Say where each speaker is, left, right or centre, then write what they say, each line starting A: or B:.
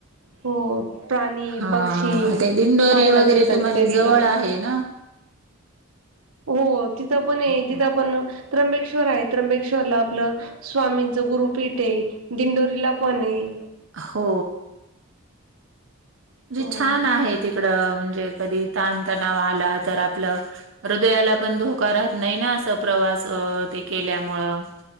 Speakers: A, on the right; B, on the right.
A: हो प्राणी
B: हा
A: पक्षी
B: ते दिंडोरी
A: पाहायला
B: वगैरे
A: भेटतात
B: तुम्हाला
A: इथे गेल्यावर.
B: जवळ आहे ना?
A: हो तिथं पण ये तिथं
B: हो हो
A: पण त्र्यंबेश्वर आहे त्र्यंबेश्वरला आपलं. स्वामींचं गुरुपीठ ये दिंडोरीला पण ये.
B: हो, जे
A: हो.
B: छान आहे तिकडं म्हणजे कधी ताण तणाव आला तर आपलं. हृदयाला पण धोका राहत नाही ना असं प्रवास अ ते केल्यामुळं.